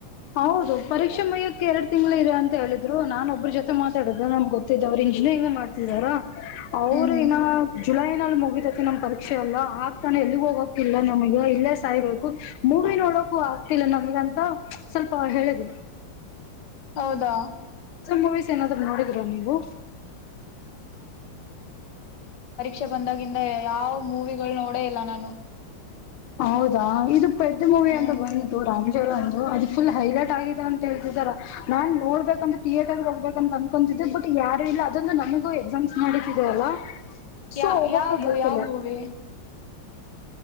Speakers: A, on the left; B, on the left.
A: ಹೌದು ಪರೀಕ್ಷೆ ಮುಗಿಯಕ್ಕೆ ಎರಡ್ ತಿಂಗ್ಗಳು ಇರ ಅಂತ ಹೇಳಿದ್ರು ನಾನ ಒಬ್ಬ್ರ ಜೊತೆ ಮಾತಾಡುದು ನಮ್ ಗೊತ್ ಇಂಜಿನಿಯರಿಂಗ್ ಮಾಡ್ತಿದಾರ ಅವ್ರು
B: ಹ್ಮ್ ಹ್ಮ್
A: ಇನ್ನ ಜುಲೈ ಮುಗಿತತಿ ನಮ್ ಪರೀಕ್ಷೆ ಯಲ್ಲ ಆಗ್ತಾನೆ ಎಲ್ಲಿಗ್ ಹೋಗಕ್ ಇಲ್ಲ ನಮಗೆ ಇಲ್ಲೇ ಸಾಯ್ಬೇಕು ಮೂವಿ ನೋಡು ಕು ಆಗ್ತಿಲ್ಲ ನಮ್ಗಂತು ಸ್ವಲ್ಪ ಹೇಳಿದ್ರು
B: ಹೌದಾ
A: ಮೂವಿಸ್ ಏನಾದ್ರು ನೋಡಿದೀರ ನೀವು
B: ಟು ಬಂದಾಗಿಂದ ಯಾವ್ ಮೂವಿಗಳ್ ನೋಡೇ ಇಲ್ಲ ನಾನು
A: ಹೌದಾ ಇದು ಪೆದ್ ಮೂವಿ
B: ಹ್ಮ್
A: ಅಂತ ಬಂದು ರಾಮಜರು ಅದು ಫುಲ್ ಹೈಲೈಟ್ ಆಗಿದೆ ಅಂತ ಹೇಳತಿದರೆ ನಾನ್ ನೋಡ್ಬೇಕಂದಂತ ಥಿಯೇಟರ್ಗೆ ಹೋಗ್ಬೇಕ ಅಂತ ಅನ್ಕೊತಿದ್ದೆ ಬಟ್ ಯಾರು ಇಲ್ಲ ಅದಂದು ನಮಗೂ ಎಕ್ಸಾಮ್ಸ್ ನಡಿತಿದೆ ಅಲ್ಲ ಸೊ
B: ಯ
A: ಹೋಗಕ
B: ಯಾವುದು
A: ಬರ್ತಿಲ್ಲ
B: ಯಾವ್ ಮೂವಿ